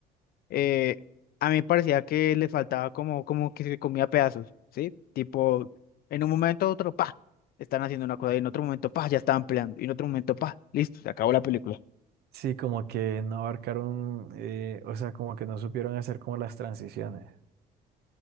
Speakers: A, on the left; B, on the right.
A: eh, a mí me parecía que le faltaba como, como que se comía pedazos, ¿sí? Tipo, en un momento u otro, pa, están haciendo una cosa, y en otro momento, pa, ya estaban peleando, y en otro momento, pa, listo, se acabó la película.
B: Sí, como que no abarcaron, eh, o sea, como que no supieron hacer como las transiciones.